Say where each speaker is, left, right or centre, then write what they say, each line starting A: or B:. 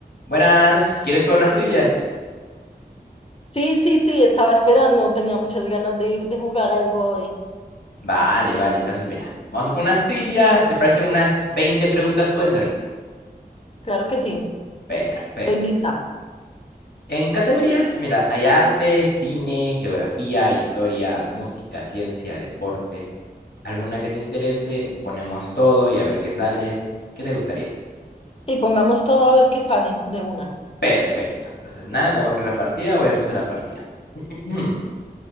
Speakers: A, on the left; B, on the left.
A: Buenas, ¿quieres jugar unas trivias?
B: Sí, sí, sí, estaba esperando, tenía muchas ganas de, de jugar algo hoy.
A: Vale, vale, entonces mira, vamos a jugar unas trivias, ¿te parecen unas 20 preguntas puede ser?
B: Claro que sí,
A: Perfecto.
B: estoy lista.
A: En categorías, mira, hay arte, cine, geografía, historia, música, ciencia, deporte. ¿Alguna que te interese? Ponemos todo y a ver qué sale. ¿Qué te gustaría?
B: Y pongamos todo a ver qué sale de una.
A: Perfecto. Entonces, nada, le voy a crear la partida, voy a empezar la partida. <clears throat> Ujú.